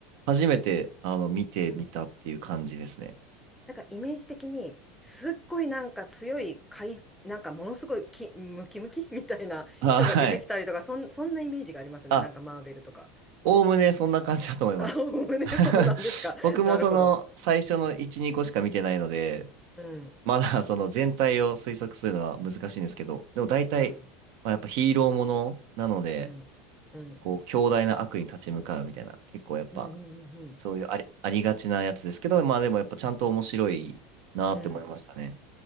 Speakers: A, on the right (about 65°); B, in the centre.
A: 初めてあの見てみたっていう感じですね。
B: うん。なんかイメージ的に、すっごいなんか強い、かい、なんかものすごいき、ムキムキ <laughs> みたいな人が出てきたりとか、
A: あ、はい。
B: そん、そんなイメージがありますね。
A: あ、
B: なんかマーベルとか。
A: おおむねそんな感じだと思います。
B: あ、<laughs> ね、
A: <laughs>
B: そうなんですか。
A: 僕もその最初の1、
B: なるほど。うん。
A: 2個しか見てないので、
B: うん。
A: まだその全体を推測するのは難しいんですけど、でも大体、
B: うん。
A: まあ、やっぱヒーローものなので、
B: うん。うん。
A: こう、強大な悪に立ち向かうみたいな、結構やっぱ、
B: うん。うん。
A: そういうあり、ありがちなやつですけど、まあでもやっぱちゃんと面白いなって思いましたね。
B: うん。